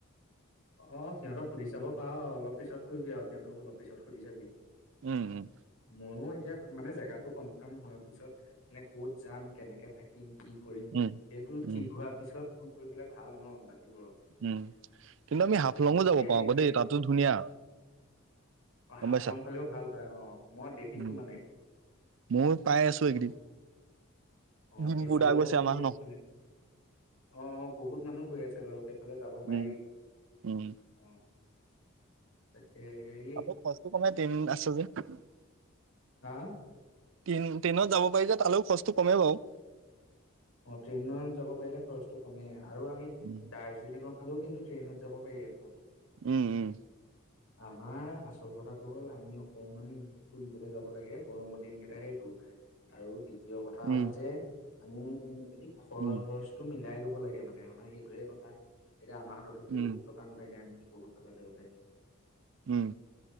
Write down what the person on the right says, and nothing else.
উম উম।
উম।
উম,
উম। কিন্তু
আমি হাফলঙো
যাব পাৰো আকৌ
দেই তাতো ধুনীয়া
গম
পাইছা?
উম।
ময়ো পাই আছো
এইকেইদিন
ডিম্পু
দা গৈছে আমাৰ
ন?
উম, উম।
আকৌ খৰচটো কমাই তিন আছে যে? <inaudible> <unintelligible>
টেইন ট্ৰেইনত যাব পাৰি যে তালৈও খৰচটো কমেই বাৰু?
উম,
উম উম।
উম,
উম,
উম,
উম